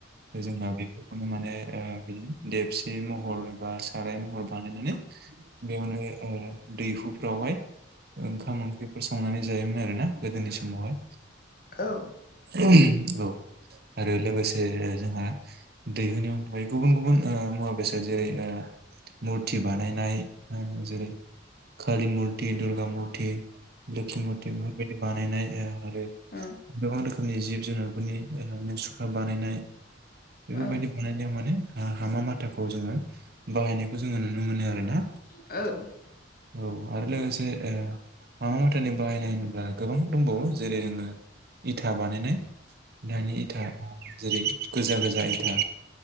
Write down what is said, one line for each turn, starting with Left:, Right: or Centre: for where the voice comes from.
Right: जोंहा बेफोरखौनो माने ओ बिदिनो देबसि महर एबा साराय महर बानायनानै बेयावनो दैहुफ्रावहाय ओंखाम ओंख्रिफोर संनानै जायोमोन आरोना गोदोनि समावहाय।
Left: औ।
Right: औ आरो लोगोसे जोंहा दैहुनि गुबुन गुबुन मुवा बेसाद जेरै मुरथि बानायनाय जेरै कालि मुरथि, दुर्गा मुरथि लोखि मुरथि बेफोरबायदि बानायनाय आरो
Left: उम
Right: गोबां रोखोमनि जिब जुनारफोरनि मुसुखा बानायनाय बेफोरबायाददि
Left: औ औ
Right: बानायनायाव माने हामा माथाखौ जोङो बाहायनायखौ जोङो नुनो मोनो आरोना?
Left: औ
Right: - औ। आरो लोगोसे हामा माथानि बाहायनाय होनोब्ला गोबां दंबावो जेरै नोङो इथा बानायनाय दानि इथा जेरै गोजा गोजा इथा